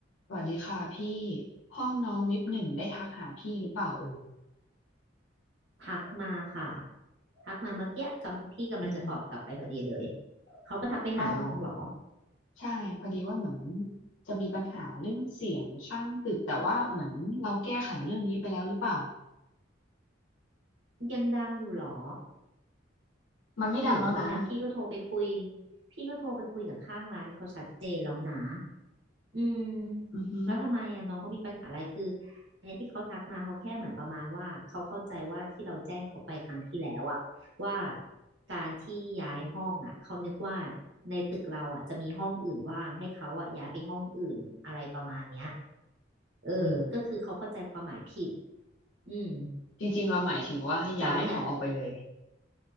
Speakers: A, on the left; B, on the right.
A: สวัสดีค่ะพี่ห้องน้องวิปหนึ่งได้ทักหาพี่หรือเปล่าเอ่ย
B: ทักมาค่ะทักมาเมื่อกี้กำพี่กำลังจะตอบกลับไปพอดีเลย
A: อืม
B: เขาก็ทักไปหาน้องเหรอ
A: ก็ใช่พอดีว่าเหมือนจะมีปัญหาเรื่องเสียงข้างตึกแต่ว่าเหมือนเราแก้ไขเรื่องนี้ไปแล้วหรือเปล่า
B: ยังดังอยู่เหรอ
A: มันไม่ดังแล้วนะ
B: เหมือนวันนั้นพี่ก็โทรไปคุยพี่ก็โทรไปคุยกับข้างร้านเขาชัดเจนแล้วนะ อืม
A: อือฮึ
B: แล้วทำไมอ่ะน้องเขามีปัญหาอะไรคืออันเนี้ยที่เขาทักมาเขาแค่เหมือนประมาณว่าเขาเข้าใจว่าที่เราแจ้งเขาไปครั้งที่แล้วอ่ะว่าการที่ย้ายห้องอ่ะเขานึกว่าในตึกเราอ่ะจะมีห้องอื่นว่างให้เขาอ่ะย้ายไปห้องอื่นอะไรประมาณเนี้ยเออก็คือเขาเข้าใจความหมายผิด
A: อืม
B: อืม
A: จริงๆเราหมายถึงว่าให้ย้ายหอออกไปเลย
B: แต่ว่าเนี่ย